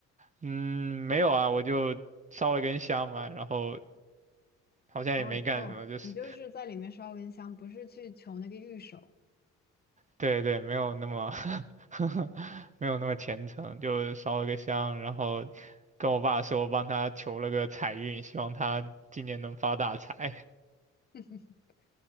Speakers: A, on the right; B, on the left.
A: 嗯，没有啊，我就烧了根香嘛，然后好像也没干什么，
B: 哦哦，
A: 就是
B: 你就是在里面烧根香，不是去求那个玉手。
A: 对对，没有那么 <laughs> 没有那么虔诚，就烧了个香，然后跟我爸说我帮他求了个财运，希望他今年能发大财。
B: <laughs>